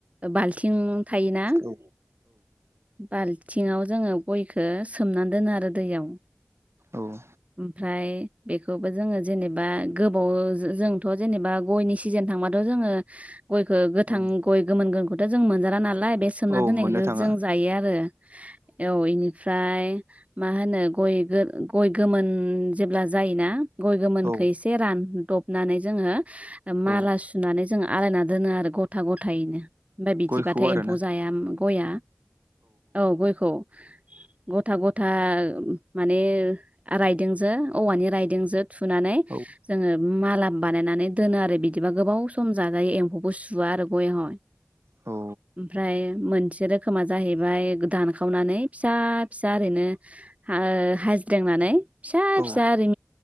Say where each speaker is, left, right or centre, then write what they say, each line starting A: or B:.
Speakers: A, on the right (about 30°); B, on the right (about 75°).
A: बाल्थिं थायोना
B: औ
A: बाल्थिंआव जोङो गयखौ सोमनानै दोनो आरो दैयाव
B: औ
A: आमफ्राय बेखौबो जोङो जेनोबा बा गोबाव जोंथ' जेनोबा गयनि सिजोन थांबाथ' जोङो गयखौ गोथां
B: औ
A: गय गोमोन गोमोनखौथ' जों मोनजा नालाय बे सोमना
B: औ
A: दोननायखौनो
B: मोननो थाङा
A: जों जायो आरो औ इनि फ्राय मा होनो गय गो गोमोन जेब्ला जायोना गय गोमोन
B: औ
A: गयखो एसे रानदबनानै जोङो माला
B: औ
A: सुनानै जों आलायना दोनो आरो गथा गथायैनो आमफ्राय बिदिबाथाय
B: गयखौ आरोना
A: एम्फौ जाया गया औ गयखौ गथा गथा माने रायदोंजों औवानि रायदोंजों थुनानै
B: औ
A: जोङो माला बानायनानै दोनो आरो बिदिबा गोबाव सम जाजायो एम्फौबो सुवा आरो गया हाय
B: औ
A: ओमफ्राय मोनसे रोखोमा जाहैबाय दानखावनानै फिसा फिसा ओरैनो हा ओ हाजिरनानै फिसा
B: औ
A: फिसा ओरै